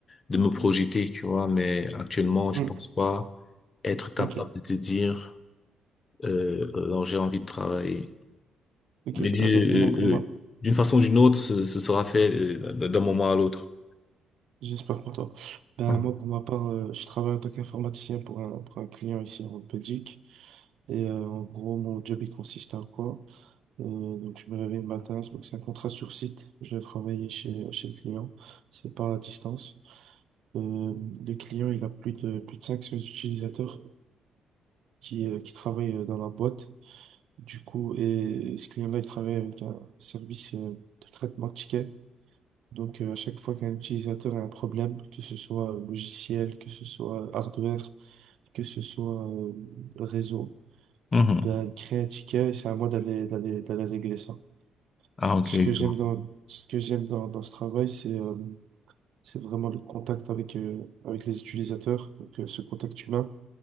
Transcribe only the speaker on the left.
de me projeter, tu vois. Mais actuellement, je
pense pas être capable
de te dire, euh, alors j'ai envie de travailler.
Mais euh,
euh, d'une façon ou d'une autre, ce, ce sera fait euh, d'un moment à l'autre.
Mhm.
Mhm.
Ah, ok.
je
vois.